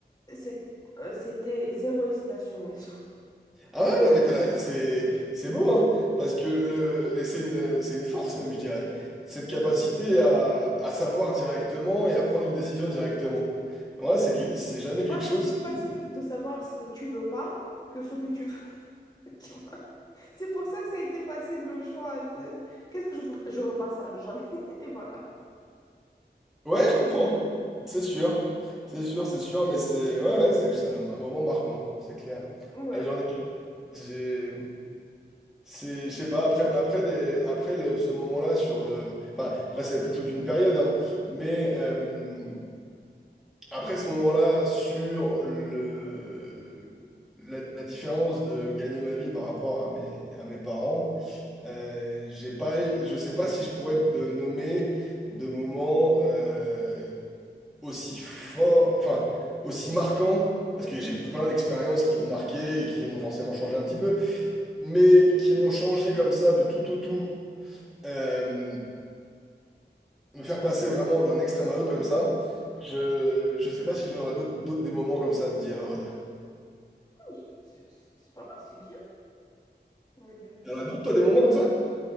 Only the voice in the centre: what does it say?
Ah ouais, non mais t'as- c'est c'est beau hein, parce que le et c'est une c'est une force même je dirais, cette capacité à, à savoir directement et à prendre une décision directement. Ouais, c'est que- c'est
jamais
quelque
chose
qui
Ouais, je comprends. C'est sûr. C'est sûr, c'est sûr mais c'est ouais ouais, c'est c'est un, un moment marquant, c'est clair.
Ouais, j'en ai j'ai c'est je sais pas après après des après le- ce moment-là sur le enfin après ça a été toute une période hein, mais euh, Après ce moment-là, sur le, la, la différence de gagner ma vie par rapport à mes, à mes parents, euh, j'ai pas, je sais pas si je pourrais te nommer de moments euh, aussi forts, enfin, aussi marquants, parce que j'ai plein d'expériences qui m'ont marqué et qui m'ont forcément changé un petit peu, mais qui m'ont changé comme ça de tout au tout, euh, me faire passer vraiment d'un extrême à l'autre comme ça. Je, je sais pas si j'en aurais d'autres d'autres des moments comme ça à te dire, à vrai dire.
Y'en a d'autres, toi, des moments comme ça?